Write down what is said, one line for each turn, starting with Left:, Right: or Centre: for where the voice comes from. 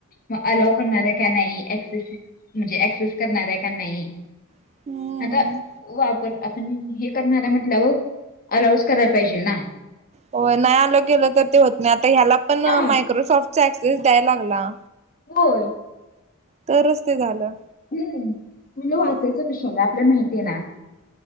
Left: मग अलाव करणार आहे. का नाही ऍक्सेस, म्हणजे ऍक्सेस करणार येका नाही?
Right: हम्म
Left: आता वापर आपणं हे करणार आहे म्हंटल्यावर, आल्यावच करायला पाहिजे ना?
Right: होय नाही आलो गेलो तर ते होत नाही, आता ह्याला पण
Left: हा
Right: मायक्रोसॉफ्टच ऍक्सेस द्यायला लागला.
Left: हो
Right: तरचं ते झालं.
Left: हम्म, तुला वाचायचं कशाला आपल्याला माहितीये ना.